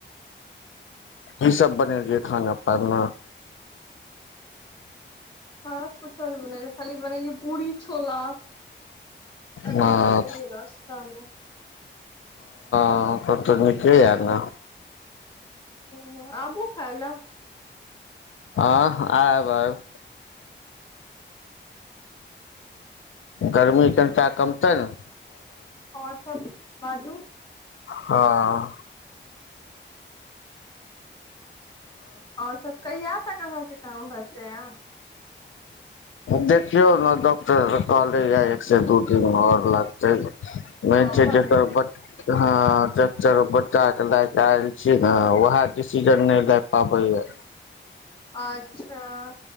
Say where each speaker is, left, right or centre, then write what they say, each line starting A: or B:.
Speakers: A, on the left; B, on the left.
A: की सब बनेलियै खाना पाना
B: हँ कुछो नहि बनेलियै खाली बनेलियै पुरी छोला एखन
A: ह
B: ई बनेलियै नास्तामे
A: हँ तब तऽ नीके यऽ ने
B: ह आबू खाय ला
A: हँ आयब आयब गर्मी कनिटा कमतै न
B: आ और सब बाजू
A: हँ
B: आ और सब कहिया तक अहाँके काम भरते आ
A: देखियौ ने डॉक्टर कहले एक से दू दिन आ और लगतै मेन
B: आ
A: छै
B: भले
A: ज ह ज बच्चा के लायक <unintelligible> लेल छी ने उएह के डिसीजन नहि लए पाबैए
B: अच्छा आ